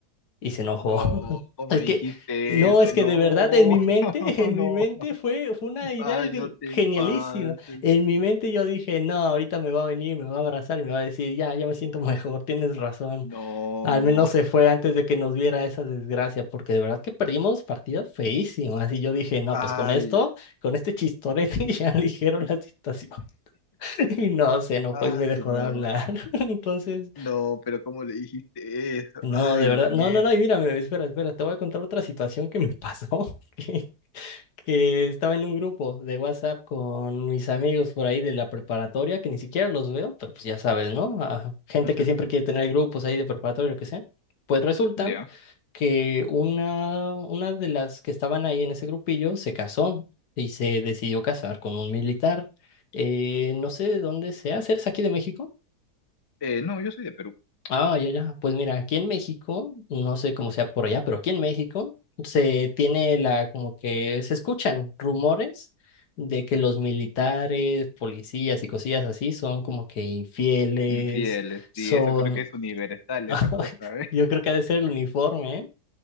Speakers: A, on the left (about 80°); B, on the left (about 40°).
A: Y se enojó.
B: No,
A: <laughs>
B: ¿cómo
A: Es
B: dijiste
A: que, no,
B: eso?
A: es que
B: No,
A: de verdad en mi mente,
B: <laughs>
A: en
B: no.
A: mi mente fue, fue una idea
B: Ay,
A: gr-
B: no te
A: genialísima.
B: pases.
A: En mi mente yo dije, no, ahorita me va a venir, me va a abrazar y me va a decir, ya, ya me siento <laughs> mejor, tienes razón.
B: No.
A: Al menos se fue antes de que nos viera esa desgracia, porque de verdad que perdimos partidas feísimas. Y yo dije, no,
B: Ay,
A: pues con esto, con este chistorete <laughs> ya dijeron la situación. <laughs> Y no, se enojó
B: ay,
A: y me dejó
B: no.
A: de hablar. <laughs> Entonces,
B: No, pero ¿cómo le dijiste eso?
A: no,
B: Ay,
A: de verdad,
B: mierda.
A: no, no, no, y mírame, espera, espera, te voy a contar otra situación que me pasó. <laughs> que estaba en un grupo de WhatsApp con mis amigos por ahí de la preparatoria, que ni siquiera los veo, pero pues ya sabes, ¿no? Ah, gente
B: Ujú,
A: que siempre quiere tener grupos ahí de preparatoria, lo que sea. Pues resulta
B: Ya.
A: que una, una de las que estaban ahí en ese grupillo se casó y se decidió casar con un militar. Eh, no sé de dónde sea, ¿eres aquí de México?
B: Eh, no, yo soy de Perú.
A: Ah, ya, ya. Pues mira, aquí en México, no sé cómo sea por allá, pero aquí en México se tiene la, como que se escuchan rumores de que los militares, policías y cosillas así son como que infieles,
B: Infieles,
A: son,
B: sí, eso creo que es universal,
A: <laughs>
B: esa cosa, ¿eh?
A: yo creo que ha de ser el uniforme, ¿eh?